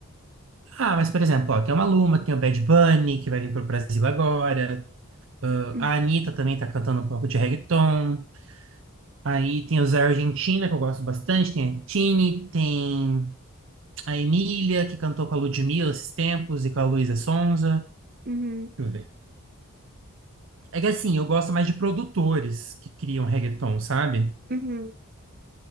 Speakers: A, on the right; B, on the right.
A: Ah, mas, por exemplo, ó, tem o Maluma, tem o Bad Bunny, que vai vir pro Brasil agora. Ah,
B: Uhum,
A: a Anitta também tá cantando um pouco de reggaeton. Aí tem os da Argentina, que eu gosto bastante. Tem a Tini, tem a Emília, que cantou com a Ludmilla esses tempos, e com a Luísa Sonza.
B: uhum.
A: Deixa eu ver. É que assim, eu gosto mais de produtores que criam reggaeton, sabe?
B: Uhum.